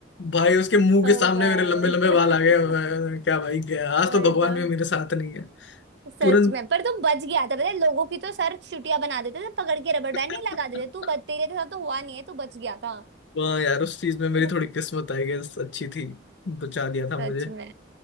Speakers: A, on the left; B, on the right.
A: भाई उसके मुंह
B: ओ
A: के सामने
B: गॉड
A: मेरे लंबे लंबे बाल आ गए मैं- क्या भाई
B: <laughs>
A: गया आज
B: वही
A: तो भगवान
B: तो
A: भी मेरे साथ नहीं है
B: सच
A: तुरंत
B: में पर तू बच गया था पता है लोगों की तो सर चुटिया बना देते थे पकड़ के रबर बैंड
A: <laughs>
B: नहीं लगा देते तू बच तेरे साथ तो हुआ नहीं है तू बच गया था
A: वाह यार उस चीज में मेरी
B: <laughs>
A: थोड़ी किस्मत आई गेस अच्छी थी बचा लिया था
B: सच
A: मुझे।
B: में